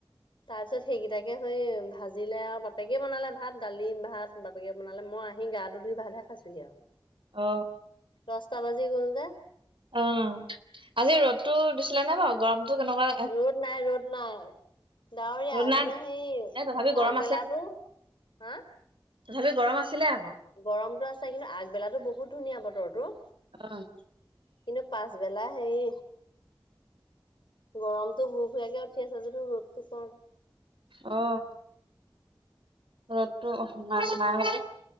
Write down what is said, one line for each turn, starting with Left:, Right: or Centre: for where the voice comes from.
Left: তাৰ পিছত সেইকেইটাকে হৈ ভাজিলে আও বাপেকে বনালে ভাত দালি ভাত বাপ বাপেকে বনালে মই আহি গাটো ধুই ভাতহে খাইছোহি আও।
Right: অ।
Left: দছটা বাজি গ'ল যে।
Right: অ আজি ৰ'দতো দিছিলে নে বাও গৰমতটো কেনকা
Left: ৰ'দ নাই ৰ'দ নাই, ডাৱৰীয়া
Right: ৰ'দ নাই
Left: মানে সেই
Right: এ তথাপি গৰম
Left: আগবেলাটো হা?
Right: তথাপিও গৰম আছিলে আক।
Left: গৰমটো আছে কিন্তু আগবেলাতো বহুত ধুনীয়া বতৰতো।
Right: অ।
Left: কিন্তু পাছবেলা হেই গৰমতটো ভু ভুয়াকে উঠি আছে যদিও ৰ'দটো কম।
Right: অ। ৰদটো <unintelligible>